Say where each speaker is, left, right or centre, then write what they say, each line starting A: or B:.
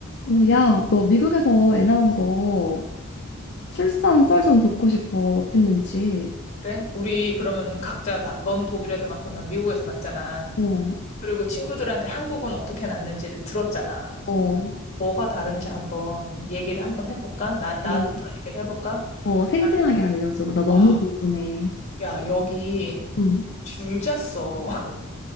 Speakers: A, on the left; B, on the left.
A: 오, 야, 너 미국에서 애 낳은 거 출산 썰 좀 듣고 싶어. 어땠는지.
B: 그래? 우리 그러면은 각자 다, 너는 독일에서 낳고 난 미국에서 낳았잖아.
A: 어,
B: 그리고 친구들한테 한국은 어떻게 낳는지를 들었잖아.
A: 어,
B: 뭐가 다른지 한번 얘기를 한번 해볼까? 나, 나부터
A: 어,
B: 얘기를 해볼까?
A: 어, 생생하게
B: 나는,
A: 알려줘. 나 너무
B: 어,
A: 궁금해.
B: 야, 여기
A: 응.
B: 줄 잤어. <laughs>